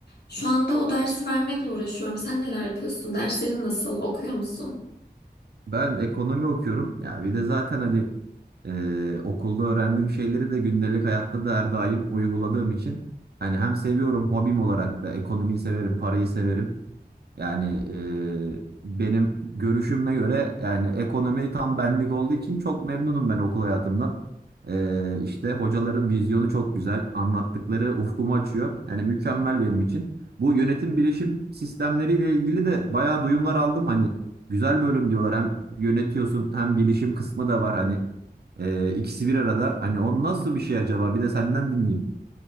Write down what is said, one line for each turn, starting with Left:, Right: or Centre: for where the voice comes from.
Left: Şu anda o dersi vermekle uğraşıyorum. Sen neler yapıyorsun? Derslerin nasıl? Okuyor musun?
Right: Ben ekonomi okuyorum. Ya bir de zaten hani e, okulda öğrendiğim şeyleri de gündelik hayatta da her daim uyguladığım için hani hem seviyorum hobim olarak da ekonomiyi severim, parayı severim. Yani e, benim görüşüme göre yani ekonomi tam benlik olduğu için çok memnunum ben okul hayatımdan. E, işte hocaların vizyonu çok güzel, anlattıkları ufkumu açıyor. Yani mükemmel benim için. Bu yönetim bilişim sistemleriyle ilgili de bayağı duyumlar aldım. Hani güzel bölüm diyorlar. Hem yönetiyorsun hem bilişim kısmı da var. Hani e, ikisi bir arada. Hani o nasıl bir şey acaba? Bir de senden dinleyeyim.